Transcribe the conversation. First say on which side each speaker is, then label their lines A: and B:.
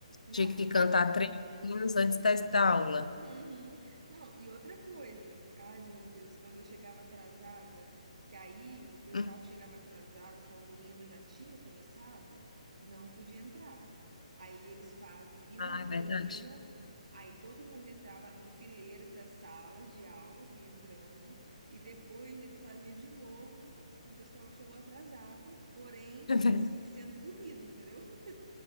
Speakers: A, on the right; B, on the left.
A: Não,
B: Tinha que
A: e
B: cantar três hinos antes da, da aula.
A: Uhum. Não, e outra coisa, ai meu Deus, quando eu chegava atrasada, que aí o pessoal
B: Uhum.
A: que chegava atrasado, quando o hino já tinha começado, não podia entrar. Aí eles faziam
B: Ah, é
A: o
B: verdade.
A: hino,
B: <laughs>
A: aí todo mundo entrava em fileira para as salas de aulas e entrando, e depois eles faziam de novo com o pessoal que chegou atrasado, porém,
B: É verdade.
A: tipo assim, sendo punido, entendeu? <laughs>